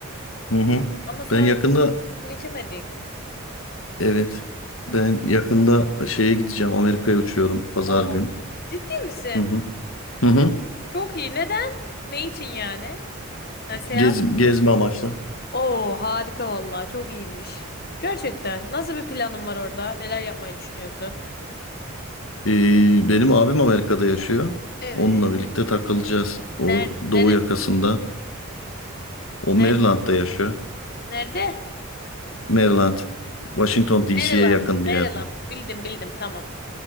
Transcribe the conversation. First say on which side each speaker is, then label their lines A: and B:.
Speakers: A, on the left; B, on the left.
A: Hı hı.
B: Ama sonra
A: Ben yakında
B: geçemedik.
A: evet. Ben yakında şeye gideceğim. Amerika'ya uçuyorum pazar
B: Oo,
A: gün.
B: ciddi misin?
A: Hı hı. Hı hı.
B: Çok iyi. Neden? Ne için yani? Yani seyahat.
A: Gez, gezme amaçlı.
B: Oo, harika vallahi çok iyiymiş. Gerçekten. Nasıl bir planın var orada? Neler yapmayı düşünüyorsun?
A: Ee, benim abim Amerika'da yaşıyor.
B: Evet.
A: Onunla birlikte takılacağız. O
B: Nerede?
A: doğu
B: Neresi?
A: yakasında. O
B: Nerede?
A: Maryland'da yaşıyor.
B: Nerede?
A: Maryland. Washington
B: Ha,
A: DC'ye
B: Maryland.
A: yakın bir
B: Maryland.
A: yer bu.
B: Bildim bildim tamam.